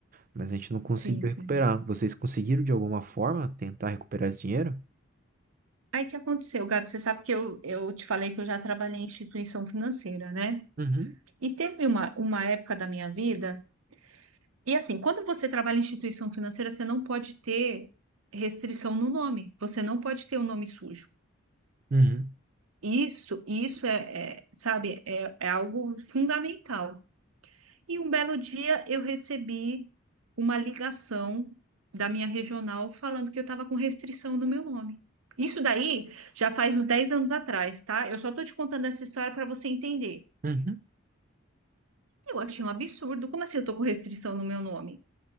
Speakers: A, on the right; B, on the right.
A: Mas a gente não conseguiu
B: sim, sim.
A: recuperar. Vocês conseguiram de alguma forma tentar recuperar esse dinheiro?
B: Aí que aconteceu, Gabi, você sabe que eu, eu te falei que eu já trabalhei em instituição financeira, né?
A: Uhum,
B: E teve uma, uma época da minha vida E assim, quando você trabalha em instituição financeira, você não pode ter restrição no nome, você não pode ter o nome sujo.
A: uhum,
B: Isso, isso é, é, sabe, é, é algo fundamental. E um belo dia eu recebi uma ligação da minha regional falando que eu estava com restrição no meu nome. Isso daí já faz uns 10 anos atrás, tá? Eu só estou te contando essa história para você entender.
A: uhum,
B: Eu achei um absurdo. Como assim eu estou com restrição no meu nome?